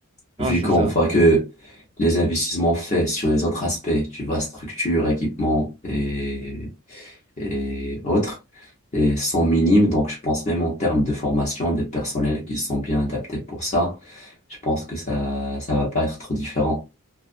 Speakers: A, on the left; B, on the right.
A: Vu
B: Non, c'est
A: qu'on
B: ça.
A: voit que les investissements faits sur les autres aspects, tu vois, structure, équipement et et autres et sont minimes. Donc, je pense même en termes de formation, des personnels qui sont bien adaptés pour ça, je pense que ça, ça va pas être trop différent.